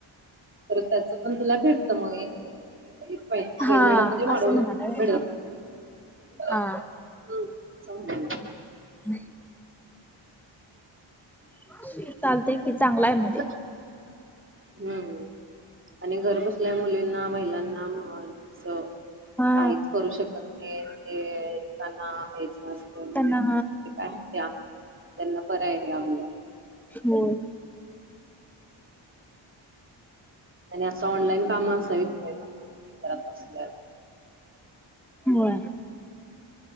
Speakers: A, on the right; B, in the centre.
A: तर त्याचं पण तुला भेटतं मग इन्कम. <unintelligible> पेमेंट
B: हा
A: मध्ये वाढवून
B: असं म्हणालाय
A: मिळेल
B: होय.
A: आ
B: हा
A: <unintelligible> हम, जाउदे
B: <unintelligible> मावशी चाल ते कि चांगला आहे मग ते
A: हम्म, आणि घर बसल्या मुलींना महिलांना अ अस
B: हा
A: काहीच करू शकत हे जे कना हेच नसते.
B: त्याना
A: काय त्या, त्यांना बरं आहे आमला
B: होय.
A: आणि असं ऑनलाईन काम असावीत <unintelligible> घरात बसल्या
B: होय.